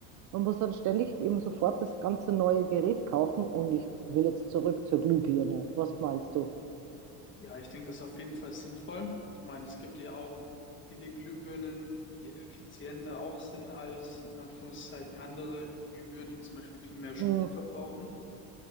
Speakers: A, on the right; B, on the left.
A: Man muss dann ständig eben sofort das ganze neue Gerät kaufen und ich will jetzt zurück zur Glühbirne. Was meinst du?
B: Ja, ich denke, das ist auf jeden Fall sinnvoll. Ich meine, es gibt ja auch viele Glühbirnen, die effizienter auch sind als in Anführungszeichen andere Glühbirnen, die zum Beispiel viel mehr Strom
A: Mm,
B: verbrauchen.